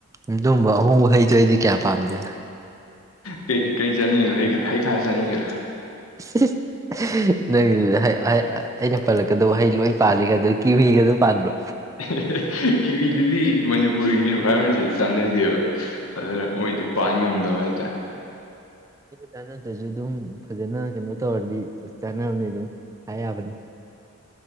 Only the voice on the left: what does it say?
ꯀꯔꯤ ꯀꯔꯤ ꯆꯠꯅꯤꯡꯉꯤꯅꯣ ꯍꯩꯈꯥ ꯍꯩꯈꯥ ꯆꯠꯅꯤꯡꯉꯤꯔꯣ
ꯏꯍꯤ ꯏꯍꯤ ꯀꯤꯋꯤꯗꯨꯗꯤ ꯃꯅꯤꯄꯨꯔꯒꯤꯅꯦꯕ ꯐꯔꯃꯤꯁꯤ ꯆꯥꯟꯅꯗꯦꯕ ꯑꯗꯨꯗ ꯃꯣꯏꯗꯤ ꯄꯥꯟ ꯉꯝꯗꯕ ꯍꯥꯏꯇꯥꯔꯦ